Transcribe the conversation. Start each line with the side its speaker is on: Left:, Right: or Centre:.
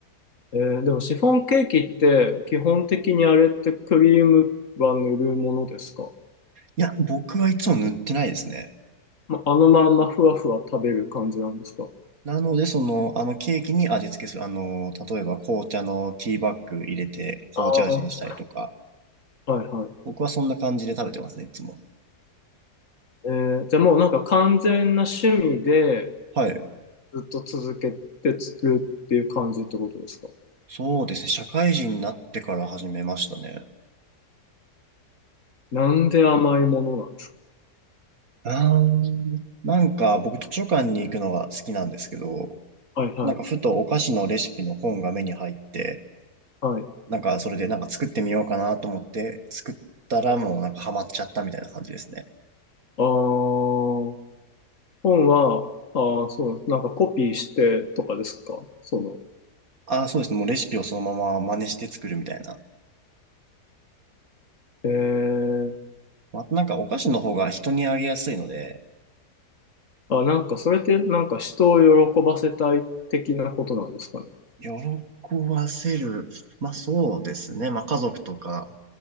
Left: えーでもシフォンケーキって基本的にあれってクリームは塗るものですか。
Right: いや、僕はいつも塗ってないですね。
Left: まあのまんまふわふわ食べる感じなんですか。
Right: なので、その、あの、ケーキに味付けする。あの、例えば紅茶のティーバッグ入れて、紅茶味にしたりとか。
Left: ああ、はいはい。
Right: 僕はそんな感じで食べてますね、いつも。
Left: えーじゃあもうなんか完全な趣味で
Right: はい。
Left: ずっと続けてるっていう感じってことですか。
Right: そうですね。社会人になってから始めましたね。
Left: なんで甘いものなんですか。
Right: あー、なんか僕図書館に行くのが好きなんですけど、
Left: はいはい。
Right: なんかふとお菓子のレシピの本が目に入って、
Left: はい。
Right: なんかそれでなんか作ってみようかなと思って作ったらもうなんかハマっちゃったみたいな感じですね。
Left: ああ。本は、ああ、そう、なんかコピーしてとかですかその、
Right: ああ、そうですね。もうレシピをそのまま真似して作るみたいな。
Left: ええ
Right: まあ、なんかお菓子の方が人にあげやすいので、
Left: あ、なんかそれってなんか人を喜ばせたい的なことなんですかね。
Right: 喜ばせる。まあそうですね。まあ家族とか、